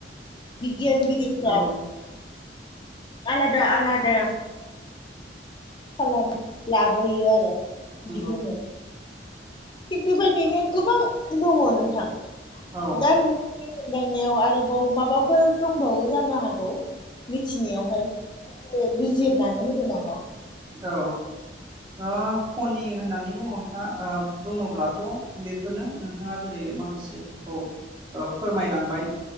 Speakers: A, on the left; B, on the right.
A: बिगियानगिरिफोरा
B: औ
A: आलादा-आलादा खालाम लाबोयो आरो
B: नंगौ
A: बिदिनो थिग बेबायदिनो गोबां दङ नोंथां
B: औ
A: दा दांनायाव आरोबाव माबाफोर दंबावो जानो हागौ मिथिनायावहाय ए बिजिरनानै होदो नामा
B: औ ओ खनि होननानै बुङोबा ओ बुङोब्लाथ' बेफोरनो बिथाङा जेरै माखासेफोरखौ ओ फोरमायलांबाय।